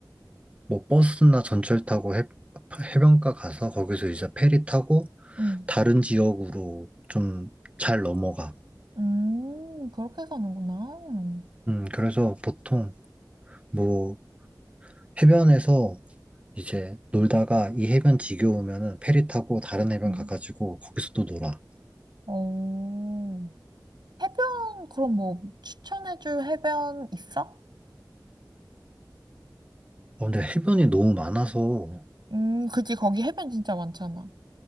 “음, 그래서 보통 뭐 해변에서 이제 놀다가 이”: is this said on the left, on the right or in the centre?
Right